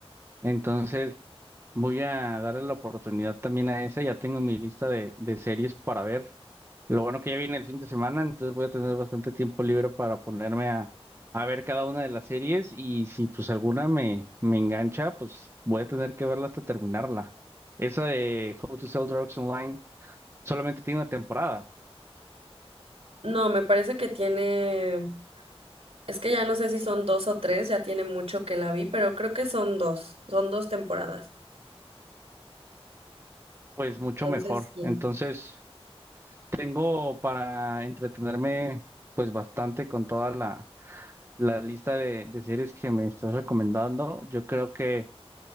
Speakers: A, on the right (about 25°); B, on the right (about 70°).
A: Entonces, Voy a darle la oportunidad también a esa. Ya tengo mi lista de, de series para ver. Lo bueno que ya viene el fin de semana, entonces voy a tener bastante tiempo libre para ponerme a, a ver cada una de las series y si pues alguna me, me engancha, pues voy a tener que verla hasta terminarla. Esa de How to Sell Drugs Online solamente tiene una temporada,
B: No, me parece que tiene Es que ya no sé si son dos o tres, ya tiene mucho que la vi, pero creo que son dos, son dos temporadas.
A: pues mucho
B: Entonces,
A: mejor.
B: sí.
A: Entonces tengo para entretenerme pues bastante con toda la, la lista de, de series que me estás recomendando. Yo creo que...